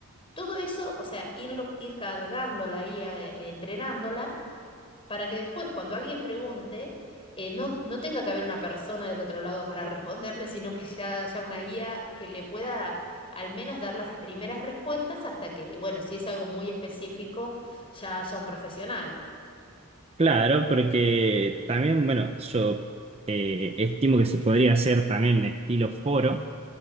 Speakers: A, on the left; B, on the right.
A: Todo eso, o sea, irlo, ir cargando la IA, eh, entrenándola, para que después, cuando alguien pregunte, eh, no, no tenga que haber una persona del otro lado para <laughs> responderle, sino que ya haya una IA que le pueda al menos dar las primeras respuestas hasta que, bueno, si es algo muy específico, ya haya un profesional.
B: Claro, porque también, bueno, yo eh, estimo que se podría hacer también estilo foro